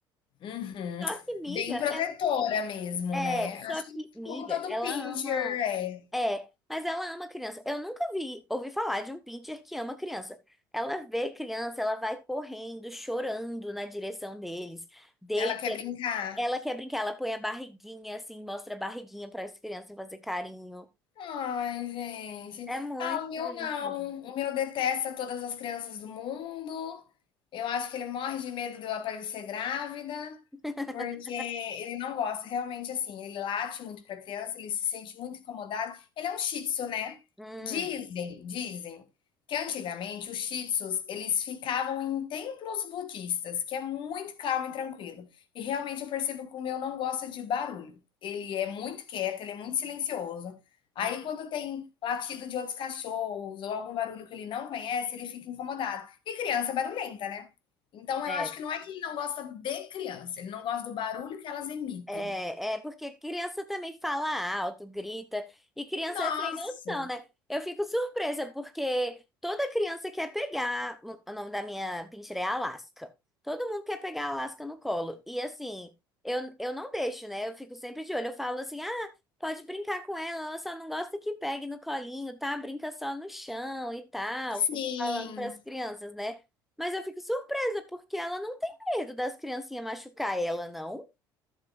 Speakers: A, on the left; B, in the centre.
A: Uhum.
B: Só que miga
A: Bem protetora
B: é,
A: mesmo,
B: é,
A: né.
B: só
A: Acho
B: que
A: que
B: miga,
A: como todo
B: ela
A: pincher
B: ama,
A: é.
B: é, mas ela ama criança. Eu nunca vi, ouvi falar de um pincher que ama criança. Ela vê criança, ela vai correndo, chorando na direção deles. Deita
A: Ela quer brincar.
B: ela quer brincar, ela põe a barriguinha assim, mostra a barriguinha para as crianças fazer carinho.
A: Ai, gente.
B: É muito
A: Ah, o meu
B: bonitinho.
A: não. O meu detesta todas as crianças do mundo. Eu acho que ele morre de medo de eu aparecer grávida.
B: <laughs>
A: Porque ele não gosta, realmente assim, ele late muito para a criança, ele se sente muito incomodado. Ele é um shih tzu, né?
B: Hum,
A: Dizem, dizem que antigamente os shih tzus, eles ficavam em templos budistas, que é muito calmo e tranquilo. E realmente eu percebo que o meu não gosta de barulho. Ele é muito quieto, ele é muito silencioso. Aí
B: hum,
A: quando tem latido de outros cachorros ou algum barulho que ele não conhece, ele fica incomodado. E criança é barulhenta, né? Então, eu
B: é.
A: acho que não é que ele não gosta de criança, ele não gosta do barulho que elas emitem.
B: É, é porque criança também fala alto, grita, e criança
A: Nossa,
B: é sem noção, né? Eu fico surpresa, porque toda criança quer pegar. O nome da minha pincher é Alaska. Todo mundo quer pegar a Alaska no colo. E assim, eu, eu não deixo, né? Eu fico sempre de olho. Eu falo assim: ah, pode brincar com ela, ela só não gosta que pegue no colinho, tá? Brinca só no chão e tal.
A: sim.
B: Fico falando para as crianças, né? Mas eu fico surpresa, porque ela não tem medo das criancinhas machucar ela, não.